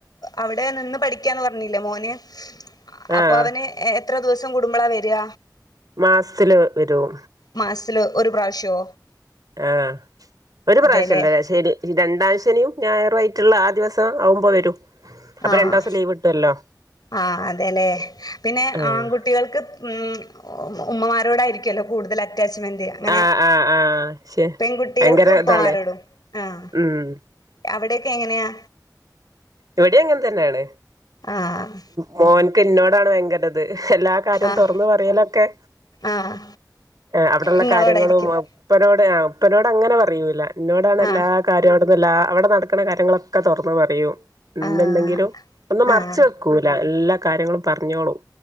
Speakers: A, on the left; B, on the right.
A: അവിടെ നിന്ന് പഠിക്കാന്ന് പറഞ്ഞില്ലേ മോന്
B: ആഹ്
A: അപ്പൊവന് എത്ര ദിവസം കൂടുമ്പളാ വര്യ
B: മാസത്തില് വരും
A: മാസത്തില് ഒരു പ്രാവശ്യോ
B: ആഹ് ഒരു
A: അതെല്ലേ
B: പ്രാവശ്യംല്ല ശരി രണ്ടാം ശനീം ഞായറു ആയിട്ടുള്ള ആ ദിവസം ആവുമ്പോ വരും അപ്പൊ
A: ആഹ്
B: രണ്ട്വസം ലീവ് കിട്ടുവല്ലോ
A: ആഹ് അതെല്ലേ പിന്നെ
B: ആഹ്
A: ആൺകുട്ടികൾക്ക് ഉ ഉമ്മമാരോടായിരിക്കുല്ലോ കൂടുതൽ അറ്റാച്ച്മെന്റ് അങ്ങനെ
B: ആഹ് ആഹ് ആഹ് ശെ
A: പെൺകുട്ടികൾക്ക്
B: ഭയങ്കര
A: ഉപ്പമാരോടും
B: ഇതാണ്
A: ആഹ്
B: ഉം
A: അവിടൊക്കെ എങ്ങനെയാ?
B: ഇവിടേംങ്ങനെ തന്നെയാണ്
A: ആഹ് ആ
B: മോൻക്കിന്നോടാണ് ഭയങ്കരിത് എല്ലാ കാര്യോ
A: ആഹ്
B: തൊറന്ന് പറയലൊക്കെ
A: ആഹ്
B: അവിട്ള്ള
A: നിങ്ങളോടായിരിക്കും
B: കാര്യങ്ങളും ഉപ്പനോട് ആ ഉപ്പനോട്ങ്ങനെ പറയൂല്ല എനന്നോടാണ് എല്ലാ
A: ആഹ്
B: കാര്യം അവിടന്നില്ല അവിട നടക്ക്ന്ന കാര്യങ്ങളൊക്കെ തൊറന്ന് പറയും എന്തുണ്ടെങ്കിലും
A: ആഹ്
B: ഒന്നും
A: ആഹ്
B: മറച്ച് വെക്കൂല എല്ലാ കാര്യങ്ങളും പറഞ്ഞോളൂ